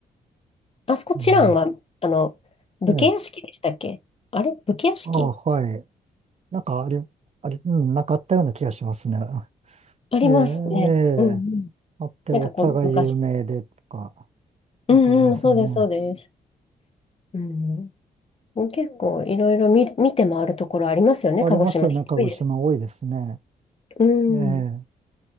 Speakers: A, on the left; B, on the right.
A: あそこ、
B: ま
A: チランは、あの、武家屋敷でしたっけあれ武家屋敷
B: あ、ね。あ、はい。なんかあり、あり、うん、なんかあったような気がしますね。
A: ありますね。
B: ええ、え
A: うんうん。
B: え。あって、
A: なんかこう、
B: お茶が有名でとか、
A: 昔。
B: なんかありますよね。
A: うんうん、そうです、そうです。うん、結構いろいろ見、見て回るところありますよね、
B: ありますよね。
A: 鹿児島。広いです
B: 鹿児島多いですね。
A: うん。
B: ええ。